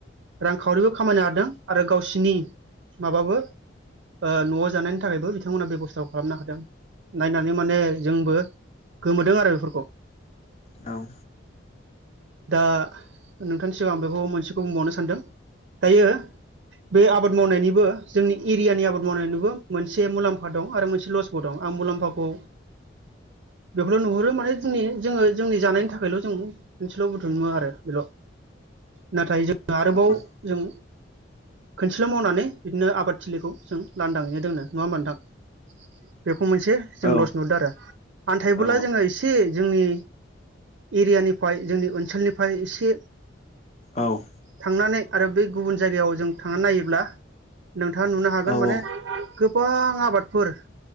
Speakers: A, on the right (about 65°); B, on the left (about 35°).
A: रांखावरिबो खामायनो हादों आरो गावसिनि माबाबो ओ न'आव जानायनि थाखायबो बिथांमोना बेब'स्थाखौ खालामनो हादों नायनानै माने जोंबो गोमोदों आरो बेफोरखौ।
B: औ।
A: दा नोंथांनि सिगां आं बेखौ मोनसेखौ बुंबावनो सानदों दायो बे आबाद मावनायनिबो जोंनि एरियानि आबाद मावनायनिबो मोनसे मुलाम्फा दं आरो मोनसे लसबो दं। आं मुलाम्फाखौ बेखौल' नुहुरो माने जोंनि जोङो जोंनि जानायनि थाखायल' जों मोनसेल' बुथुमा आरो बेल' नाथाय जों आरोबाव
B: औ
A: जों खोनसेल' मावनानै बिदिनो आबादथिलिखौ जों लान्दाङैनो दोंनो नङा होमबा नोंथां। बेफ खौ मोनसे जों
B: औ
A: लस नुदों आरो आन्थायबोला
B: औ
A: जोङो एसे जोंनि एरियानि फाय जोंनि ओनसोलनिफ्राय एसे
B: औ।
A: थांनानै आरो बे गुबुन जायगायाव जों थांनानै नायोब्ला नोंथाङा नुनो हागोन
B: ओं
A: माने गो गोबां आबादफोर